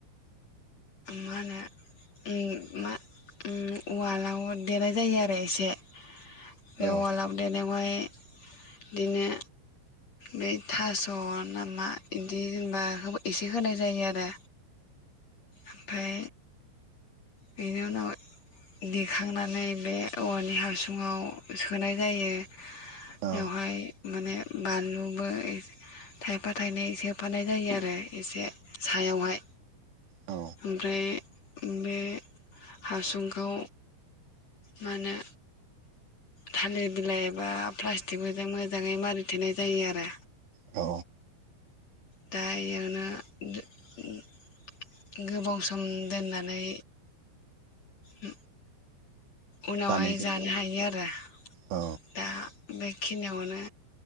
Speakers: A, on the left (about 45°); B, on the right (about 70°).
A: मा होनो मा उवालाव देनाय जायो आरो एसे बे उवाल
B: औ
A: देनायावहाय बिदिनो बे थास स' नामा बिदि जेनेबा एसे होनाय जायो आरो ओमफाय बेनि उनाव देखांनानै बे औवानि हासुङाव सोनाय जायो
B: औ
A: बेवहाय माने बानलुबो ए थाइफा थाइनै सोफानाय जायो आरो। एसे सायावहाय।
B: औ
A: ओमफ्राय बे हासुंखौ मा होनो थालिर बिलाइ एबा प्लास्टिकफोरजों मोजाङै मारि थेनाय जायो आरो।
B: औ।
A: दा इयावनो गो-गो-गोबाव सम दोननानै उ उनावहाय
B: जानाय जायो
A: जानो हायो आरो,
B: औ
A: दा बेखिनियावनो